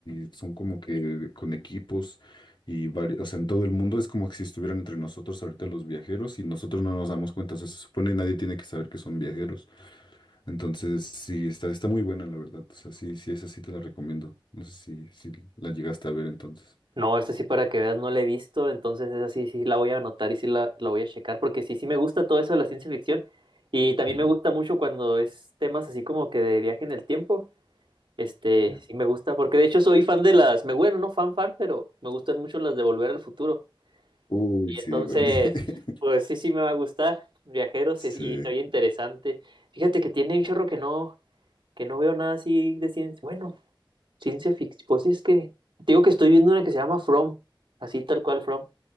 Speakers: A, on the left (about 60°); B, on the right (about 65°).
A: y son como que con equipos y varios, o sea, en todo el mundo es como que si estuvieran entre nosotros ahorita los viajeros y nosotros no nos damos cuenta, o sea, se supone que nadie tiene que saber que son viajeros. Entonces, sí, está, está muy buena, la verdad, o sea, sí, sí, esa sí te la recomiendo. No sé si, si la llegaste a ver entonces.
B: No, esta sí para que veas, no la he visto, entonces esa sí, sí la voy a anotar y sí la, la voy a checar, porque sí, sí me gusta todo eso de la ciencia ficción y también
A: Mm,
B: me gusta mucho cuando es temas así como que de viaje en el tiempo, este,
A: ya.
B: sí me gusta, porque de hecho soy fan de las, me bueno, no fan fan, pero me gustan mucho las de Volver al Futuro,
A: Uy,
B: y
A: sí,
B: entonces,
A: bueno. <laughs>
B: pues sí, sí me va a gustar, viajeros,
A: Sí.
B: es- y soy interesante. Fíjate que tiene un chorro que no, que no veo nada así de ciencia, bueno, ciencia ficción, pues sí es que, te digo que estoy viendo una que se llama From, así tal cual From.